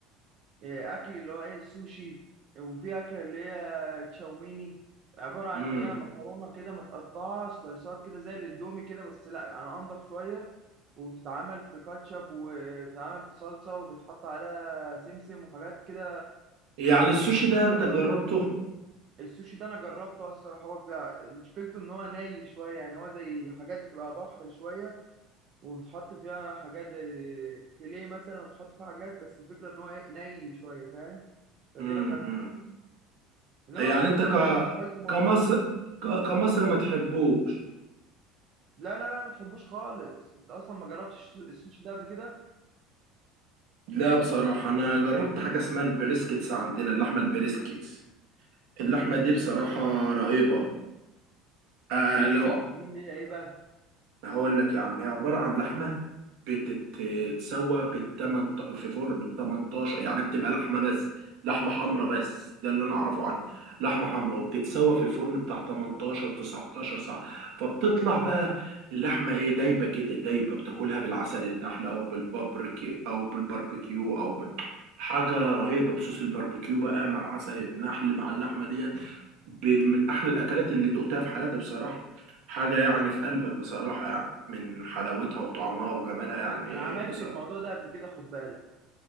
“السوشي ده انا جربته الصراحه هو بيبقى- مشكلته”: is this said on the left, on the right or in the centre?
Right